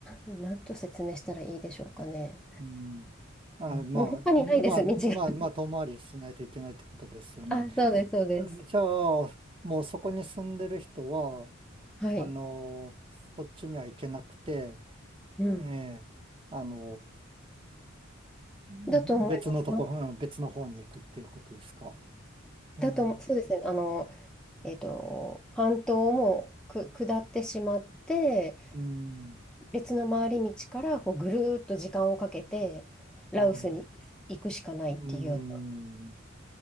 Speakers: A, in the centre; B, on the right.
A: ーなん、なんと説明したらいいでしょうかね。
B: うん。あ、
A: もう他にないです、
B: まあ、まあ、
A: 道が。
B: まあ、まあ、遠回りしないといけないってことですよね。
A: あ、そうです、そうです。
B: えじゃあ、もうそこに住んでる人は、
A: はい。
B: あのそっちには行けなくて、
A: うん。
B: ええあのうん別のとこ、
A: だと思います。はい
B: うん別の方に行くっていうことですか。うん、
A: だと、そうですね。あの、えっと、半島もく下ってしまって、
B: うん、
A: 別の回り道からこうぐるーっと時間をかけてラウスに行くしかないっていうような
B: はい。うん、